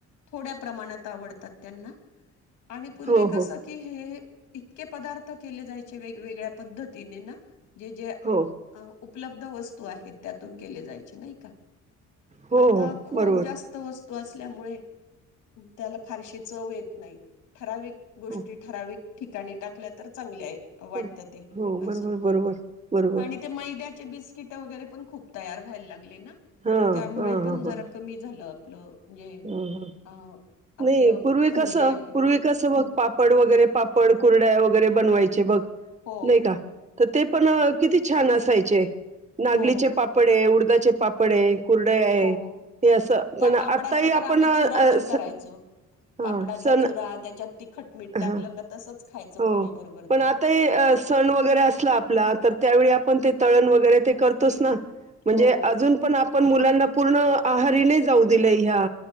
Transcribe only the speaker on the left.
थोड्या प्रमाणात आवडतात त्यांना. आणि पूर्वी
कसं की हे इतके पदार्थ केले जायचे वेगळे वेगळ्या पद्धतीने ना. जे जे
उपलब्ध वस्तू आहेत त्यातून केले जायचे नाही का.
आता
खूप
जास्त वस्तू नसल्यामुळे त्याला फारशी चव येत नाही ठराविक गोष्टी
ठरावीक ठिकाणी टाकल्या तर चांगल्या आहे. वाटतं
ते असं
आणि ते मैद्यात चे बिस्किट वगैरे पण खूप तयार व्हायला लागले ना.
त्यामुळे
पण जरा
कमी झालं आपलं म्हणजे
अ आपलं
फूड जे आहे ते.
हं.
हो
हो
हो
त्या
पापडाचा
तर
आम्ही चुरा
पण
करायचो.
पापडाचा
चुरा त्याच्यात तिखट मीठ
टाकलं का तसंच खायचं
पोळी बरोबर
ते.
हो